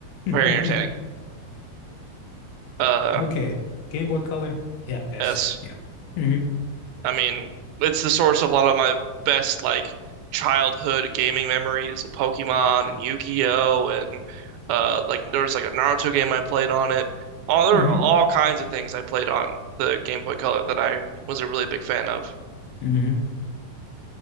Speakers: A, on the left; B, on the right.
A: <laughs>
B: very entertaining. Uh,
A: Okay. Game Boy Color. Yeah. Yes.
B: yes.
A: Yeah. hmm
B: I mean, it's the source of a lot of my best like childhood gaming memories of Pokemon and Yu-Gi-Oh and uh, like there was like a Naruto game I played on it. All there
A: hmm
B: were all kinds of things I played on the Game Boy Color that I was a really big fan of.
A: hmm